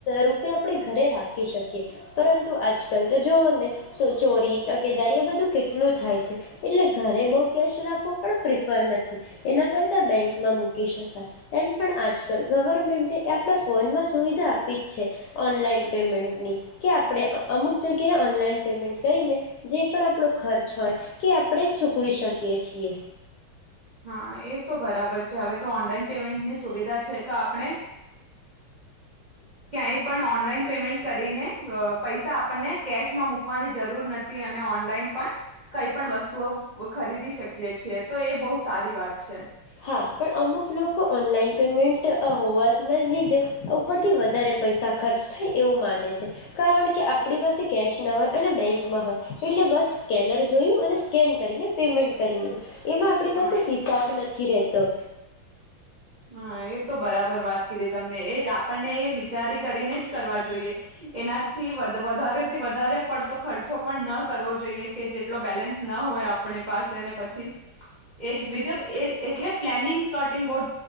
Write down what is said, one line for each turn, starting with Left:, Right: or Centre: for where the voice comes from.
Left: રૂપે આપડે ઘરે રાખી શકીએ. પરંતુ આજકાલ તો જોવ ને તો ચોરી તકેદારી એ બધું કેટલું થાય છે. એટલે ઘરે બઉ કેશ રાખવો પણ પ્રિફર નથી, એના કરતા બેંકમાં મૂકી શકાય. એમ પણ આજકાલ ગવર્મેન્ટે આપણા ફોનમાં સુવિધા આપી જ છે. ઓનલાઈન પેમેન્ટની કે આપણે અમુક જગ્યાએ ઓનલાઈન પેમેન્ટ કરીને જે પણ આપણો ખર્ચ હોય તે આપણે ચૂકવી શકીએ છીએ.
Right: હા, એ તો બરાબર છે હવે તો ઓનલાઈન પેમેન્ટની સુવિધા છે. તો આપણે ક્યાંય પણ ઓનલાઈન પેમેન્ટ કરીને અહ પૈસા આપ પણને કેશમાં મૂકવાની જરૂર નથી. અને ઓનલાઈન પણ કઈ પણ વસ્તુઓ ખરીદી શકીએ છીએ. તો એ બહુ સારી વાત છે.
Left: હા, પણ અમુક લોકો ઓનલાઈન પેમેન્ટ અહ હોવાના લીધે ઉપરથી વધારે પૈસા ખર્ચ થાય એવું માને છે. કારણ કે આપણી પાસે કેશ ના હોય અને બેંકમાં હોય એટલે બસ સ્કેનર જોયું અને સ્કેન કરીને પેમેન્ટ કરી લીધું. એમાં આપણી
Right: હા
Left: પાસે હિસાબ ન રેતો.
Right: હા, એ તો બરાબર વાત કીધી તમ ને એજ આપણને એ વિચારી કરીને જ કરવા જોઈએ એનાથી વધ-વધારેથી વધારે પડતો ખર્ચો પણ ન કરવો જોઈએ કે જેટલો બેલેન્સ ન હોય આપણી પાસે ને પછી એજ બીજબ એ એટલે પ્લાનિંગ પ્લોટિંગ બહુ